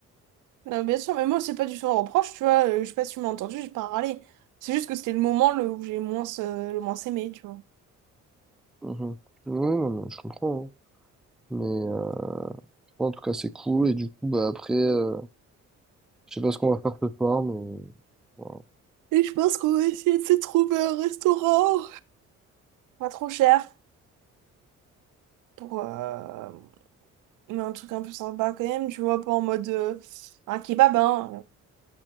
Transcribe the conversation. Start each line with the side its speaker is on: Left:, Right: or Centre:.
Right: Non, bien sûr, mais moi, c'est pas du tout un reproche, tu vois. euh, Je sais pas si tu m'as entendu, j'ai pas râlé. C'est juste que c'était le moment le, où j'ai moins, euh, le moins aimé, tu vois.
Centre: Mhm. Oui, non, mais je comprends. hein. Mais euh, en tout cas, c'est cool. Et du coup, bah après, euh, je sais pas ce qu'on va faire ce soir, mais voilà.
Right: Et je pense qu'on va essayer de se trouver un restaurant. Pas trop cher pour euh, mais un truc un peu sympa quand même, tu vois, pas en mode euh, un kebab, hein,